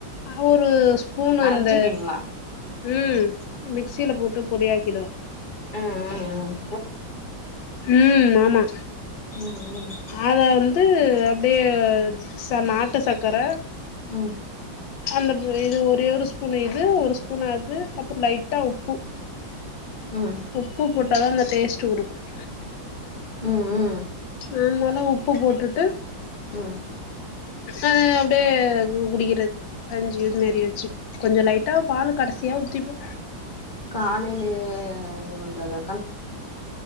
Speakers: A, on the left (about 70°); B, on the left (about 25°).
A: அ ஒரு ஸ்பூன்
B: அரச்சிப்பீங்களா
A: அந்த ம் மிக்சியில போட்டு பொடியாக்கிடு
B: ஆ ஆ ஆ
A: ம் ஆமா
B: ம் ம்
A: அத வந்து அப்படியே ச நாட்டு சக்கர
B: ம்
A: அந்த து இது ஒரே ஒரு ஸ்பூன் இது ஒரு ஸ்பூன் அது அப்புறொ லைட்டா உப்பு
B: ம்
A: உப்பு போட்டா தான் அந்த டேஸ்ட்டு கொடுக்கும்
B: ம் ம்
A: அதனால உப்பு போட்டுட்டு
B: ம்
A: அது அப்டியே கு குடிக்கறது கஞ்சி இதுமாரி வச்சு கொஞ்சம் லைட்டா பால் கடைசியா ஊத்திப்போ
B: காலையிலயே இது பண்றதா